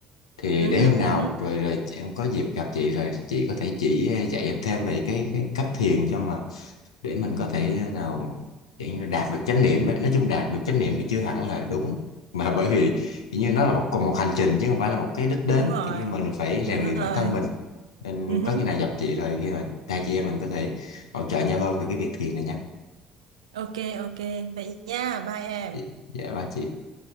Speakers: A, on the left (about 80°); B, on the right (about 75°).
A: thì
B: Ừ
A: để
B: hứ,
A: hôm nào
B: ừ hứ.
A: rồi rồi em có dịp gặp chị rồi chị có thể chỉ ờ, dạy em thêm về cái cái cách thiền cho mà để mình có thể nào kiểu như đạt được chánh niệm ấy. Nói chung đạt được chánh niệm thì chưa hẳn là đúng mà bởi vì kiểu như nó là một còn một hành trình chứ không phải là một cái đích đến
B: đúng rồi
A: kiểu như mình phải rèn
B: đúng
A: luyện
B: rồi
A: bản thân mình nên
B: Ừ hứ.
A: có khi nào gặp chị rồi khi nào hai chị em mình có thể hỗ trợ nhau hơn về cái việc thiền này nha
B: ok ok vậy nha bye em
A: dạ dạ ba chị